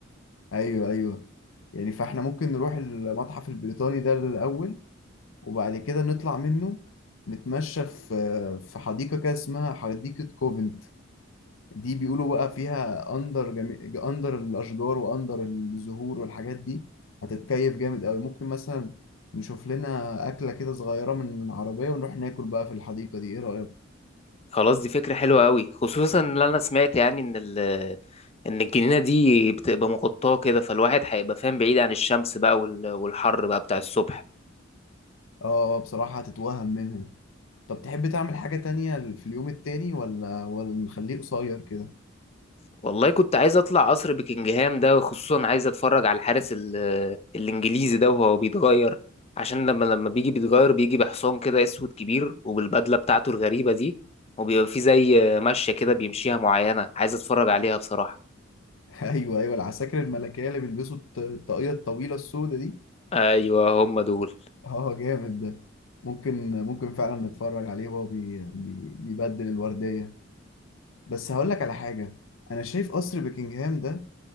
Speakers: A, on the left; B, on the left.
A: ايوه ايوه يعني فاحنا ممكن نروح المتحف البريطاني ده الأول وبعد كده نطلع منه نتمشى في في حديقة كده اسمها حديقة كوفنت دي بيقولوا بقى فيها اندر جمي... اندر الاشجار واندر الزهور والحاجات دي هتتكيف جامد قوي ممكن مثلا نشوف لنا اكله كده صغيره من العربيه ونروح ناكل بقى في الحديقه دي ايه رايك
B: خلاص دي فكرة حلوة قوي خصوصا ان انا سمعت يعني ان ال ان الجنينة دي بتبقى مغطاة كده فالواحد هيبقى فاهم بعيد عن الشمس بقى وال- والحر بقى بتاع الصبح
A: اه آه، بصراحه هتتوهم منها طب تحب تعمل حاجه تانية في اليوم التاني ولا ولا نخليه قصير كده
B: والله كنت عايز اطلع قصر بكنجهام ده وخصوصا عايز اتفرج على الحارس ال- الانجليزي ده وهو بيتغير عشان لما لما بيجي بيتغير بيجي بحصان كده اسود كبير وبالبدلة بتاعته الغريبة دي وبيبقى فيه زي مشية كده بيمشيها معينة عايز اتفرج عليها بصراحة
A: <laughs> ايوه ايوه العساكر الملكيه اللي بيلبسوا الط- الطاقيه الطويله السوداء دي
B: ايوه هم دول
A: اه جامد ده ممكن ممكن فعلا نتفرج عليه وهو بي... بي... بيبدل الورديه بس هقول لك على حاجة أنا شايف قصر بكنجهام ده